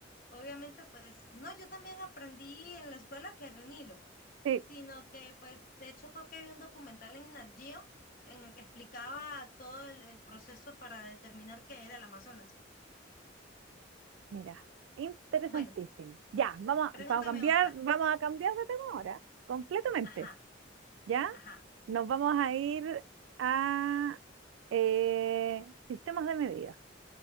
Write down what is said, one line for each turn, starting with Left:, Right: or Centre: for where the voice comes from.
Left: obviamente pues, no, yo también aprendí en la escuela que era el Nilo
Right: Sí,
Left: sino que pues de hecho fue que vi un documental en Nat Geo en el que explicaba todo el, el proceso para determinar qué era el Amazonas.
Right: mira, interesantísimo.
Left: Bueno,
Right: Ya, vamos, a-
Left: pregúntame
Right: vamos a cambiar,
Left: otra.
Right: vamos a cambiar de tema ahora, completamente.
Left: Ajá,
Right: ¿Ya?
Left: ajá,
Right: Nos vamos a ir a eh, sistemas de medida.